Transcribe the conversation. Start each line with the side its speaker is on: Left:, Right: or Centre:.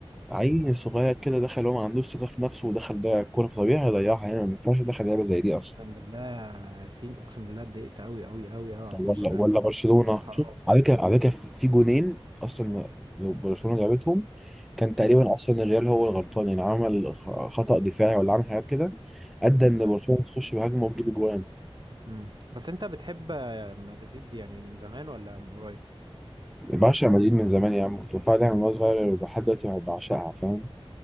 Centre: عيل صغير كده دخل هو ما عندوش ثقة في نفسه ودخل ده الكورة في طبيعي هيضيعها يعني ما ينفعش يدخل لعبة زي دي أصلا
Right: اقسم بالله يا ياسين اقسم بالله اتضايقت قوي قوي قوي قوي على
Centre: طب
Right: الماتش
Centre: ولا
Right: ده
Centre: ولا برشلونة
Right: كان حرام
Centre: شوف على فكرة على فكرة في في جونين أصلا لو برشلونة جابتهم كان تقريبا
Right: امم
Centre: أصلا الريال هو الغلطان يعني عمل خ- خطأ دفاعي ولا عمل حاجات كده أدى إن
Right: امم
Centre: برشلونة تخش بهجمة وتجيب جوان
Right: امم بس انت بتحب مدريد يعني من زمان ولا من قريب
Centre: بعشق مدريد من زمان يا عم كنت بتفرج عليها من وأنا صغير ولحد دلوقتي بعشقها فاهم